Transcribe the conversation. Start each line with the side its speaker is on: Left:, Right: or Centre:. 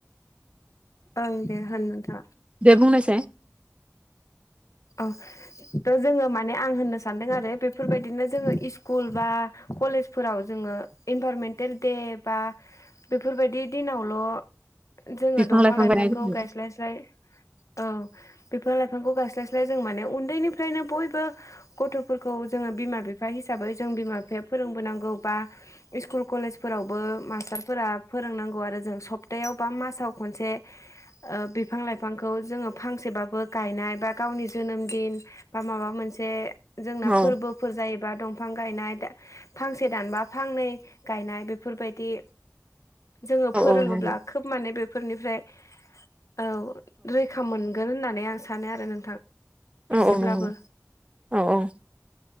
Left: ओं दे होनबा।
Right: दे बुंनायसाय।
Left: अ थ' जोङो माने आं होननो सानदों आरो बेफोरबायदिनो जोङो इस्कुल बा कलेजफोराव जोङो इनभारमेन्टेल दे बा बेफोरबायदि दिनावल' जोङो
Right: बिफां
Left: दंफां
Right: लाइफां
Left: लाइफांखौ
Right: गायनाय
Left: गायस्लायस्लाय औ बेफोर बिफांखौ गायस्लायस्लाय जों माने उन्दैनिफ्रायनो बयबो गथ'फोरखौ जोङो बिमा बिफा हिसाबै जों बिमा बिफाया फोरोंबोनांगौ बा स्कुल कलेजफोरावबो मास्टारफोरा फोरोंनांगौ आरो जों सप्तायाव बा मासाव खनसे बिफां लाइफांखौ जोङो फांसेबाबो गायनाय बा गावनि जोनोम दिन बा माबा मोनसे जोंना
Right: औ
Left: फोरबो फोर जायोबा दंफां गायनाय फांसे दानबा फांनै गायनाय बेफोरबायदि जोङो
Right: औ
Left: फोरोङोब्ला
Right: औ नंगौ
Left: खोब माने बेफोरनिफ्राय औ रैखा मोनगोन होननानै आं सानो आरो नोंथां
Right: औ
Left: एसेब्लाबो
Right: औ नंगौ औ औ